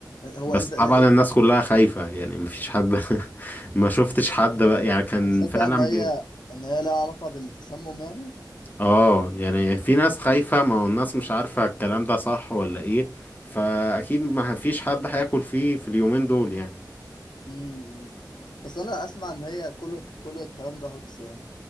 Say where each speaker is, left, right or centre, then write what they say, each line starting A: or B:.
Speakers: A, on the left (about 85°); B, on the left (about 25°).
A: هو
B: بس
A: انت
B: طبعا
A: انت
B: الناس كلها خايفة يعني مفيش حد <laughs> ما شفتش حد
A: انت
B: بقى
A: بت-
B: يعني كان
A: انت مصدق
B: فعلا
A: ان هي ان هي لها علاقة بالتسمم يعني
B: اه يعني في ناس خايفة ما هو الناس مش عارفة الكلام ده صح ولا ايه فاكيد ما فيش حد هياكل فيه في اليومين دول يعني
A: امم بس انا اسمع ان هي كل كل الكلام ده هوكس يعني